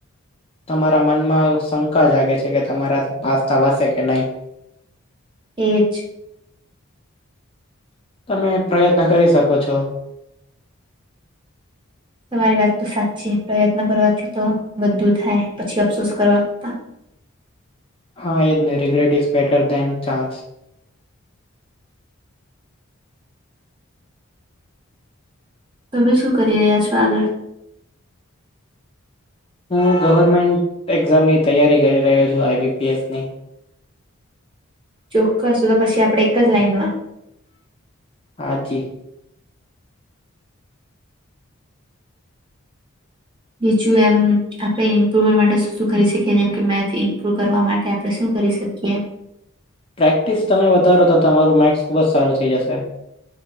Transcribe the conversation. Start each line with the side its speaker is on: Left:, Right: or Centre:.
Left: તમારા મનમાં શંકા જાગે છે કે તમારાથી પાસ થવાસે કે નહી
Right: એજ
Left: તમે પ્રયત્ન કરી શકો છો
Right: તમારી વાતતો સાચી પ્રયત્ન કરવાથી તો બધું થાય પછી અફસોસ કરવાતા <inaudible>
Left: હા એ જ ને regret is better than chance
Right: તમે શું કરી રહ્યા છો આગળ
Left: હું ગવર્મેન્ટ એક્ઝામની તૈયારી કરી રહ્યો છું આઈબીપીએસની
Right: ચોક્કસું તો તો પછી આપણે એક જ લાઈનમાં
Left: હા જી
Right: બીજું એમ આપણે ઇમ્પ્રુવમેન્ટ માટે શું શું કરી શકીએ જેમ કે મેથ ઇમ્પ્રુવ કરવા માટે આપણે શું કરી શકીએ
Left: પ્રેક્ટિસ તમે વધારોતો તમારું મેક્સ ખૂબ જ સારું થઈ જશે